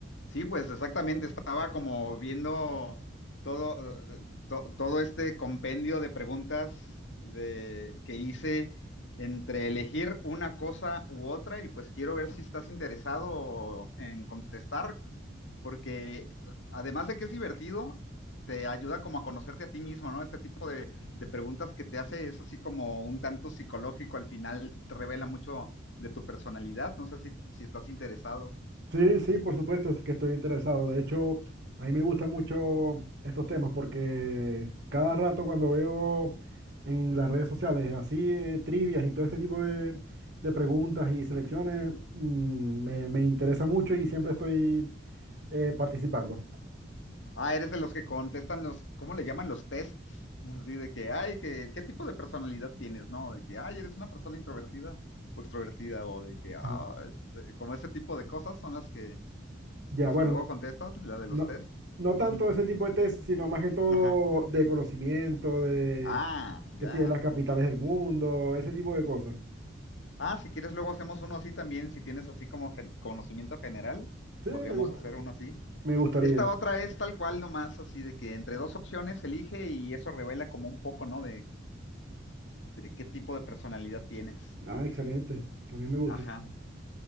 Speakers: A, on the left (about 70°); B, on the right (about 60°).
A: Sí, pues exactamente, estaba como viendo todo, eh, to- todo este compendio de preguntas de, que hice entre elegir una cosa u otra y pues quiero ver si estás interesado en contestar, porque eh, además de que es divertido, te ayuda como a conocerte a ti mismo, ¿no? Este tipo de, de preguntas que te hace es así como un tanto psicológico, al final te revela mucho de tu personalidad, no sé si, si estás interesado.
B: Sí, sí, por supuesto es que estoy interesado. De hecho, a mí me gustan mucho estos temas porque cada rato cuando veo en las redes sociales así eh, trivias y todo este tipo de, de preguntas y selecciones, mm, me, me interesa mucho y siempre estoy eh, participando.
A: Ah, eres de los que contestan los, ¿cómo le llaman los tests? Así de que, ay, que, ¿qué tipo de personalidad tienes, no? De que, ay, eres una persona introvertida o extrovertida, o de que, ah,
B: Ujú.
A: este, como ese tipo de cosas son las que,
B: Ya,
A: las
B: bueno,
A: que luego contestas, la de
B: no,
A: los tests.
B: no tanto
A: Ujú.
B: ese tipo de test, sino más que todo
A: Ajá.
B: de conocimiento, de
A: Ah,
B: que
A: ya.
B: si de las capitales del mundo, ese tipo de cosas.
A: Ah, si quieres luego hacemos uno así también, si tienes así como gen- conocimiento general,
B: Sí,
A: podríamos
B: me gusta,
A: hacer uno así.
B: me gustaría.
A: Esta otra es tal cual nomás, así de que entre dos opciones elige y eso revela como un poco, ¿no? de qué tipo de personalidad tienes.
B: Ah, excelente. También me gusta.
A: Ajá.